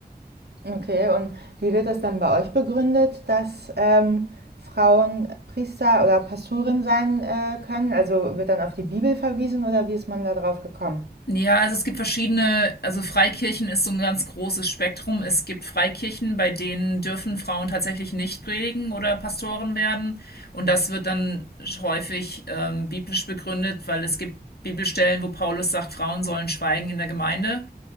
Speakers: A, on the right; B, on the left.
A: Okay, und wie wird das dann bei euch begründet, dass ähm, Frauen Priester oder Pastorin sein äh, können? Also wird dann auf die Bibel verwiesen oder wie ist man da drauf gekommen?
B: Ja, also es gibt verschiedene, also Freikirchen ist so ein ganz großes Spektrum. Es gibt Freikirchen, bei denen dürfen Frauen tatsächlich nicht predigen oder Pastoren werden. Und das wird dann häufig ähm, biblisch begründet, weil es gibt Bibelstellen, wo Paulus sagt, Frauen sollen schweigen in der Gemeinde.